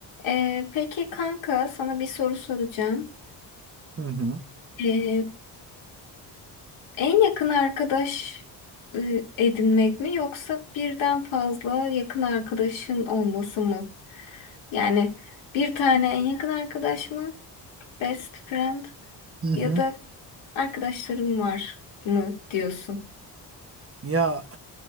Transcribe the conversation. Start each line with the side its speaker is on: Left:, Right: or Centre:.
Left: Ee, peki kanka sana bir soru soracağım.
Right: Hı hı.
Left: Ee, en yakın arkadaş e, edinmek mi yoksa birden fazla yakın arkadaşın olması mı? Yani bir tane en yakın arkadaş mı? Best friend
Right: Hı hı.
Left: ya da arkadaşlarım var mı diyorsun?
Right: Ya